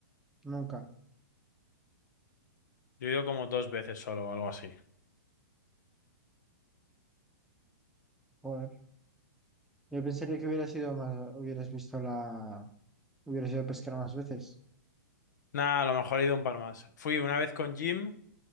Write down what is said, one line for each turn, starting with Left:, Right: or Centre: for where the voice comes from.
Centre: Nunca.
Left: Yo he ido como dos veces solo o algo así.
Centre: Joder. Yo pensaría que hubiera sido más, hubieras visto la, hubieras ido a pescar más veces.
Left: Nada, a lo mejor he ido un par más. Fui una vez con Jim,